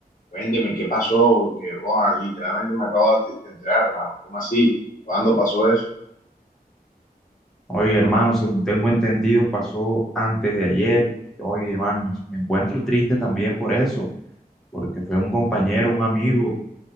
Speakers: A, on the left (about 55°); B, in the centre.
A: Cuénteme qué pasó, porque oh, literalmente me acabo de entrar, hermano. ¿Cómo así? ¿Cuándo pasó eso?
B: Oye, hermano, según tengo entendido, pasó antes de ayer. Oye, hermano, me me encuentro triste también por eso, porque fue un compañero, un amigo